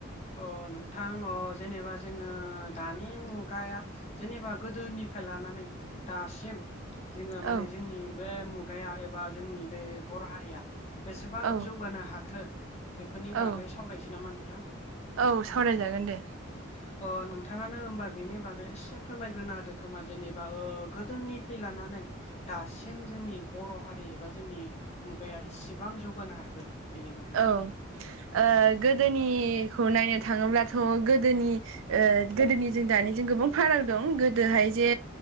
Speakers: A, on the left; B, on the right.
A: अ नोंथां अ जेनेबा जोङो दानि मुगाया जेनेबा गोदोनिफ्राय लानानै दासिम जोङो माने
B: औ
A: जोंनि बे मुगाया एबा जोंनि बे बर' हारिया बेसेबां
B: औ
A: जौगानो हाखो बेफोरनि
B: औ
A: बागै सावरायसै नामा नोंथां?
B: औ सावरायजागोन दे
A: <inaudible> अ नोंथाङानो होमबा बेनि बागै एसे फोरमायग्रोना होदो खोमा? जेनेबा ओ गोदोनिफ्राय लानानै दासिम जोंनि बर' हारि एबा जोंनि मुगाया इसिबां जौगानो हाखो? बेनि बागै
B: औ ओ गोदोनिखौ नायनो थाङोब्लाथ' गोदोनि ओ गोदोनि जों दानिजों गोबां फाराग दं । गोदोहाय जे